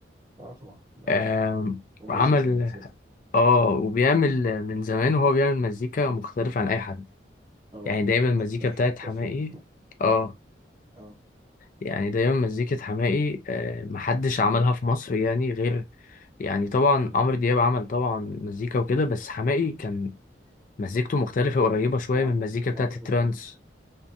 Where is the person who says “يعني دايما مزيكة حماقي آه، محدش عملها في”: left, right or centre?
Left